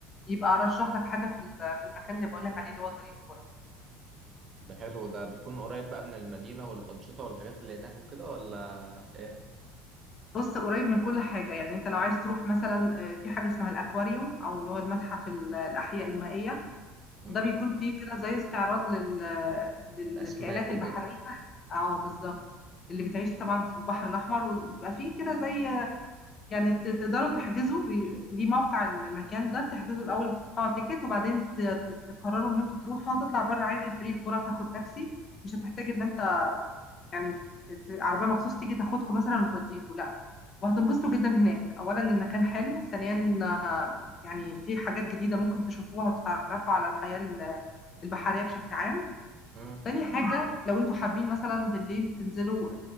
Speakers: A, on the left; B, on the right.
A: يبقى أرشح لك حاجة في ال- في المكان اللي بقول لك عليه اللي هو طريق الكرة
B: ده حلو ده بيكون قريب بقى من المدينة والأنشطة والحاجات اللي هناك وكده ولا إيه؟
A: بص قريب من كل حاجة يعني انت لو عايز تروح مثلا آه، في حاجة اسمها الأكواريوم أو اللي هو المتحف ال- الأحياء المائية
B: مم.
A: ده بيكون فيه كده زي استعراض لل... للكائنات
B: أسماك
A: البحرية
B: وكده
A: اه بالظبط اللي بتعيش طبعا في البحر الأحمر وبيبقى فيه كده زي يعني ت- تقدروا تحجزوا بي- ليه موقع المكان ده بتحجزوا الاول تدفعوا تيكت وبعدين ت- ت- تقرروا ان انتوا تروحوا هتطلع بره عادي فريق الكوره تاخد تاكسي مش هتحتاج ان انت يعني ت- ت- عربيه مخصوص تيجي تاخدكم مثلا وتوديكوا لا وهتنبسطوا جدا هناك اولا المكان حلو ثانيا آه، يعني في حاجات جديده ممكن تشوفوها وتتعرفوا على الحياه ال- البحريه بشكل عام
B: مم.
A: تاني حاجة لو انتوا حابين مثلا بالليل تنزلوا